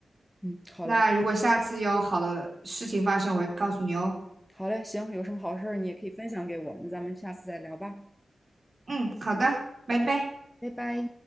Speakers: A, in the centre; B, on the right (about 40°).
A: 嗯，好嘞，
B: 那如果下次有好的事情发生，我会告诉你哦。
A: 好嘞，行，有什么好事儿你也可以分享给我，那咱们下次再聊吧，
B: 嗯，好的，拜拜。
A: 拜拜。